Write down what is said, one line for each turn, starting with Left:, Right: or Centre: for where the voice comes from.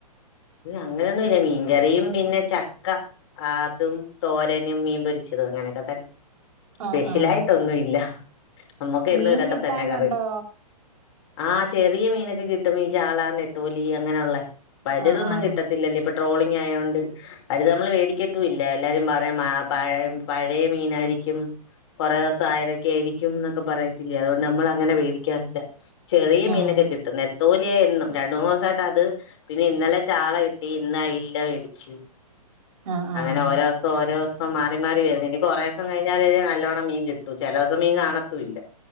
Left: അങ്ങനൊന്നുംല്ല മീൻകറിയും പിന്നെ ചക്ക അതും തോരനും മീൻ പൊരിച്ചത് അങ്ങനൊക്കെ തന്നെ സ്പെഷ്യല
Right: ആഹ് ആഹ്
Left: ആായിട്ടൊന്നും ഇല്ല നമ്മുക്ക്
Right: മീൻ
Left: എന്നും ഇതൊക്കെ
Right: കിട്ടാനുണ്ടോ
Left: തന്നെ കറി ആഹ് ചെറിയ മീനൊക്കെ കിട്ടും ീ ചാള നെത്തോലി അങ്ങനെയുള്ളെ വലതൊന്നും
Right: ആഹ് ആഹ്
Left: കട്ടത്തില്ല ഇൊ ട്രോളി ആയോണ്ട് അത് നമ്മള് വേടിക്കത്തുംല്ല എല്ലാരും പറയാം പഴ പഴയ മീനായിരിക്കും കൊറേ ദിവസം ആയതൊക്കെ ആയിരിക്കും എന്നൊക്കെ പറയത്തില്ലേ അതുകൊണ്ട് നമ്മൾ അങ്ങനെ വേടിക്കാറില്ല ചെറിയ മീനൊക്കെ
Right: ആഹ്
Left: കിട്ടും നെത്തോലിയ എന്നും രണ്ട് മൂന്ന് ദിവസായിട്ട് അത് പിന്നെ ഇന്നലെ ചാള കിട്ടി ഇന്ന് അയില വേടിച്ച്
Right: ആഹ്
Left: അങ്ങനെ
Right: ആഹ്
Left: ഓരോ ദിവസം ഓരോ ദിവസം മാറി മാറി വരുന്നു ഇനി കൊറേ ദിവസം കഴിഞ്ഞാലല്ലേ നല്ലോണം മീൻ കിട്ടൂ ചെല ദിവസം മീൻ കാണത്തൂല്ല